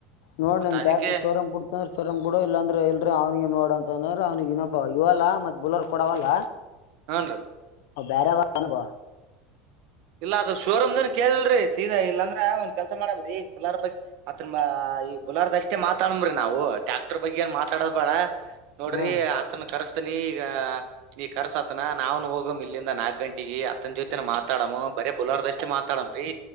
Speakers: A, on the left (about 75°); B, on the right (about 55°).
A: ನೋಡ್ ನನ್
B: ಅದಕ್ಕೆ
A: ಟ್ಯಾಕ್ಟ್ರರ್ ಸವರಂಗ್ ಬಿಡತಂದ್ರೆ ಸವರಂಗ್ ಬಿಡ ಇಲ್ಲಾಂದ್ರೆ ಇಲ್ರಿ ಅವ್ನಿಗೆ ನೋಡಂತ ಂದ ಅವ್ನಿಗೆ ಇನೊಪ್ಪ ಇವಲ್ಲಾ ಮತ್ ಬುಲರ್ ಕೊಡವಲ್ಲ
B: ಹನ್ರಿ
A: ಹ ಬೇರೆಣಬ
B: ಇಲ್ಲ ಅದ್ ಶೋರೂಮ್್ದನ್ ಕೇಳಲ್ರಿ ಸೀದಾ ಇಲ್ಲಾಂದ್ರ ಒಂದ್ ಕೆಲ್ಸ ಮಾಡಮ್ರೀ ಪಲರ್ ಬಗ್ ಅ ಕುಲಾರದಷ್ಟೇ ಮಾತಾಡಂಬ್ರಿ ನಾವು ಟ್ಯಾಕ್ಟರ್ ಬಗ್ಗೆ ಏ ಮಾತಾಡ ಬೇಡ ನೋಡ್ರಿ
A: ಹಾ
B: ಅತ್ ಕರಸ ಆತ್ನ ಈಗ ನೀ ಕರ್ಸತನ ನಾವನು ಹೋಗ್ ಇಲ್ಲಿಂದ ನಾಲ್ಕ ಗಂಟೆಗೆಗ ಅತನ ಜೊತೆ ಮಾತ್ರ ಮಾತಾಡ್ ಬರ ಬಲರ್ದಷ್ಟ್ ಮಾತಾಡಮ್ರೀ